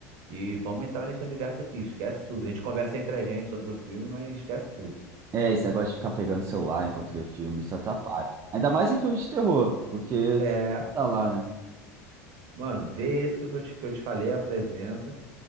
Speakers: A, on the right (about 60°); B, on the right (about 35°).
A: E vamos entrar nesse universo aqui, esquece tudo. A gente conversa entre a gente sobre o filme, mas esquece tudo.
B: É, esse negócio de ficar pegando celular enquanto vê filme, isso atrapalha. Ainda mais em filme de terror, porque
A: É,
B: você tá lá, né?
A: mano, vê esse que eu, tô te, que eu te falei, a presença.